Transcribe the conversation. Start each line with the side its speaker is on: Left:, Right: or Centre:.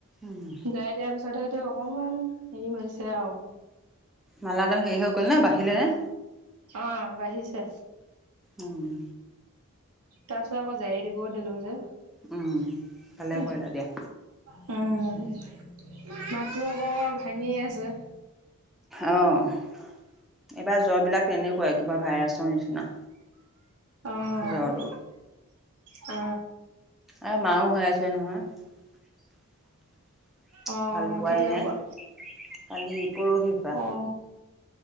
Centre: উম,
Right: যাৰি দিয়াৰ পিছত হে তেওঁ অকমান হেৰি হৈছে আৰু
Centre: মালাডাল হেৰি হৈ গ'ল নে বাহিলেনে
Right: অ বাঢ়িছে
Centre: উম
Right: তাৰ পিছত আকৌ জাৰী দিবও দিলো যে
Centre: উম, ভালে
Right: উম
Centre: কৰিলা দিয়া।
Right: মাতটো আকৌ ভাঙি আছে
Centre: অ এইবাৰ জ্বৰ বিলাক তেনেকুৱাই কিবা ভাইৰাছৰ নিচিনা
Right: অ',
Centre: জ্বৰটো।
Right: অ
Centre: আৰু মাও হৈ আছে নহয়
Right: অ',
Centre: ভাল পোৱাই
Right: কেতিয়াৰ
Centre: নাই
Right: পৰা?
Centre: কালি পৰহিৰ পৰা
Right: অ',